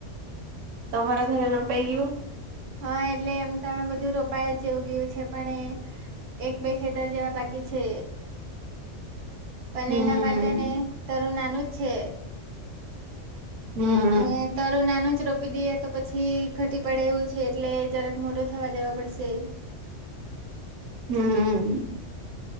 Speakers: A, on the right (about 85°); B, on the right (about 60°).
A: તમારા તે રોપાઈ ગયું?
B: હા એટલે એમ તોમે બધું રોપાય જેવું ગયું છે, પણ એ એક બે ખેતર જેવા બાકી છે. પણ
A: હમ
B: એના માટે ને તરુ નાનું જ છે.
A: હમ્મ
B: ને તારું નાનું જ રોપી દઈએ, તો પછી ઘટી પડે એવું છે એટલે જરા મોટો થવા દેવા પડશે.
A: હમ્મ,